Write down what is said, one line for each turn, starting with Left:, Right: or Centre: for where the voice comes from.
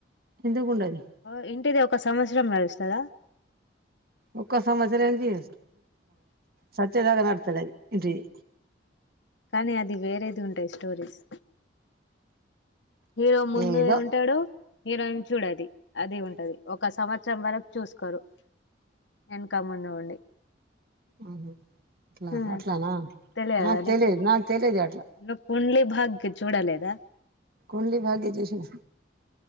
Right: ఎందుకు ఉండది
Left: ఆ ఇంటిది ఒక సంవత్సరం నడుస్తదా
Right: ఒక్క సంవత్సరం ఏంది సచ్చేదాకా నడుస్తదది ఇంటిది
Left: కానీ అది వేరేది ఉంటాయి స్టోరీస్ హీరో ముందు
Right: ఏదో
Left: ఉంటాడు హీరోయిన్ చూడది అది
Right: అదే
Left: ఉంటది ఒక సంవత్సరం వరకు చూ సుకోరు వెనకా ముందు ఉండి
Right: ఆహ ట్లా
Left: ఆ
Right: అట్లానా
Left: తెలియదా
Right: నాకు
Left: నీకు
Right: తెలిదు నాకు తెలిదు అట్లా
Left: నువ్ కుండ్లీ బాగ్కి చూడలెదా
Right: కుండ్లీ భాగీ చుసిన్